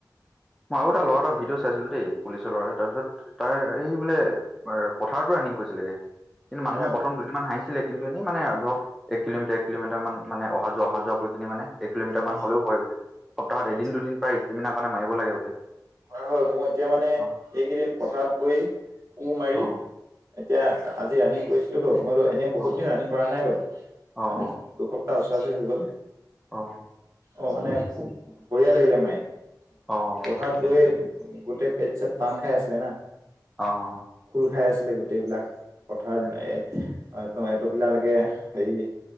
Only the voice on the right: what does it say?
অ
অ
অ
অ
কৰা হয় মোৰ এতিয়া মানে এইকেইদিন
পথাৰত গৈ কোৰ মাৰি।
এতিয়া আজি ৰানি কৰিছিলো তো মইতো এনেই বহুত
দিন ৰানিং কৰা নাইতো মানে
দুখ ত ওচৰাচৰি হৈ গ'ল।
অ, মানে খুব বঢ়িয়া লাগিলে মাৰি।
পথাৰত
গৈ
গোটেই পেট চেট তান খাই আছিলে না
খোল খাই আছিলে গোটেইবিলাক পথাৰত
এ অ, তপিলা এইটোপিলালৈকে হেৰি